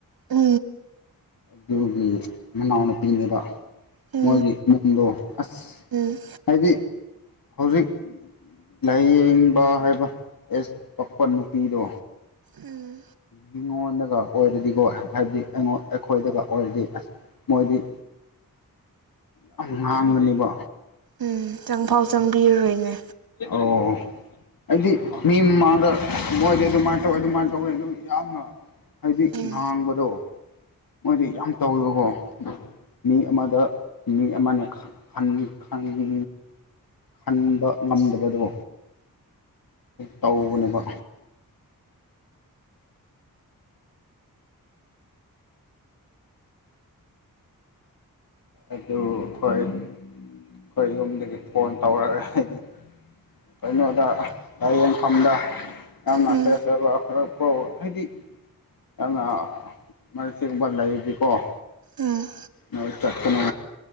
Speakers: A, on the right; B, on the left.
A: ꯎꯝ
B: ꯑꯗꯨꯒꯤ ꯃꯅꯥꯎꯅꯨꯄꯤꯅꯦꯕ
A: ꯎꯝ
B: ꯃꯣꯏꯒꯤ ꯏꯃꯨꯡꯗꯣ ꯑꯁ
A: ꯎꯝ
B: ꯍꯥꯏꯗꯤ ꯍꯧꯖꯤꯛ ꯂꯥꯏꯌꯦꯡꯕ ꯍꯥꯏꯕ ꯑꯦꯁ ꯄꯛꯄ ꯅꯨꯄꯤꯗꯣ
A: ꯎꯝ
B: ꯃꯤꯉꯣꯟꯗꯒ ꯑꯣꯏꯔꯗꯤꯀꯣ ꯍꯥꯏꯕꯗꯤꯉꯣꯟ ꯑꯩꯈꯣꯏꯗꯒ ꯑꯣꯏꯔꯗꯤ ꯑꯁ ꯃꯣꯏꯗꯤꯣ ꯌꯥꯝ ꯉꯥꯡꯒꯅꯤꯕꯣ
A: ꯏ ꯆꯪꯐꯥꯎ ꯆꯪꯕꯤꯔꯔꯣꯏꯅꯦ
B: ꯑꯣ ꯑꯩꯗꯤ ꯃꯤ ꯃꯃꯥꯡꯗ ꯃꯣꯏꯗꯤ ꯑꯗꯨꯃꯥꯏꯅ ꯇꯧꯋ ꯑꯗꯨꯃꯥꯏꯅ ꯇꯧ ꯊꯧꯏ ꯑꯗꯨ ꯌꯥꯝꯅ ꯍꯥꯏꯗꯤ
A: ꯎꯝ
B: ꯉꯥꯡꯕꯗꯣ ꯃꯣꯏꯗꯤ ꯌꯥꯝ ꯇꯧꯋꯦꯕꯀꯣ ꯃꯤ ꯑꯃꯗ ꯃꯤ ꯑꯃꯅꯦ ꯈꯪꯉꯤ ꯈꯟꯕ ꯉꯝꯗꯕꯗꯣ ꯇꯧꯕꯅꯦꯕ ꯑꯗꯨ ꯑꯩꯈꯣꯏ ꯑꯩꯈꯣꯏ ꯌꯨꯝꯗꯒꯤ ꯐꯣꯟ ꯇꯧꯔꯛꯑꯦ ꯍꯥꯏꯗꯤ ꯀꯩꯅꯣꯗ ꯂꯥꯏꯌꯦꯡꯐꯝꯗ ꯌꯥꯝꯅ
A: ꯎꯝ
B: ꯁꯦꯆꯕ ꯈꯔ ꯍꯥꯏꯗꯤ ꯌꯥꯝꯅ ꯁꯤꯒꯨꯝꯕ ꯂꯩꯔꯤꯀꯣ
A: ꯎꯝ
B: ꯅꯣꯏ ꯆꯠꯀꯅꯨ